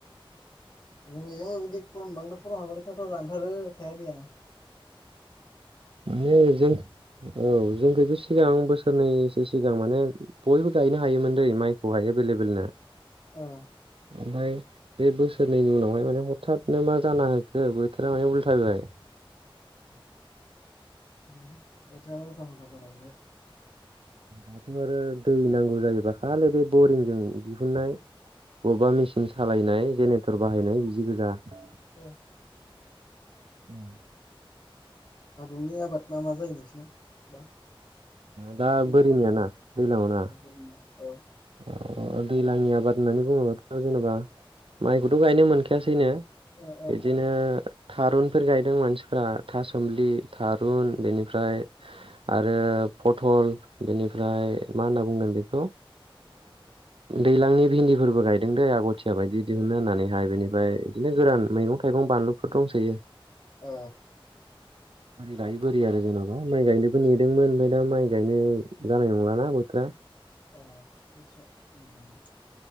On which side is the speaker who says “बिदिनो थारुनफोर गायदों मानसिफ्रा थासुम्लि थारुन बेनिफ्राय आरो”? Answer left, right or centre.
Right